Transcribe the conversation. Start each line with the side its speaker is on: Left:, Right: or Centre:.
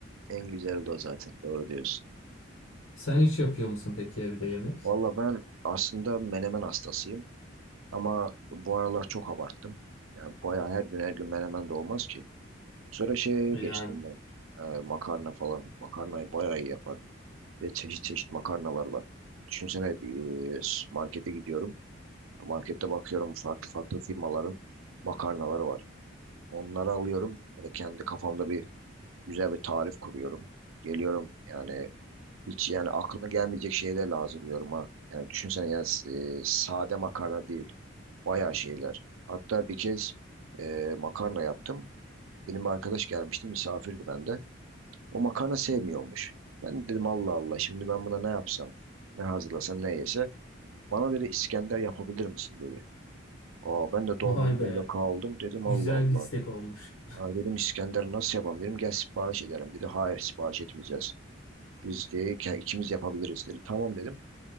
Right: En güzeli de o zaten. Doğru diyorsun.
Left: Sen hiç yapıyor musun peki evde yemek?
Right: Vallahi ben aslında menemen hastasıyım. Ama bu aralar çok abarttım. Yani bayağı her gün her gün menemen de olmaz ki. Sonra şeye
Left: Yani
Right: geçtim ben. Ee, makarna falan. Makarnayı bayağı iyi yaparım. Ve çeşit çeşit makarnalarla. Düşünsene bir e, markete gidiyorum. Markette bakıyorum farklı farklı firmaların makarnaları var. Onları alıyorum ve kendi kafamda bir güzel bir tarif kuruyorum. Geliyorum yani hiç yani aklına gelmeyecek şeylerle hazırlıyorum ha. Yani düşünsene yani s- e, sade makarna değil. Bayağı şeyler. Hatta bir kez e, makarna yaptım. Benim bir arkadaş gelmişti misafirdi bende. O makarna sevmiyormuş. Ben dedim Allah Allah şimdi ben buna ne yapsam? Ne hazırlasam ne yese? Bana dedi İskender yapabilir misin dedi. Aa ben de dondum
Left: vay be
Right: böyle kaldım dedim
Left: güzel
Right: Allah Allah.
Left: bir istek olmuş.
Right: Ha, dedim İskender nasıl yapalım dedim gel sipariş edelim dedi. Hayır sipariş etmeyeceğiz. Biz de ki- ikimiz yapabiliriz dedi. Tamam dedim.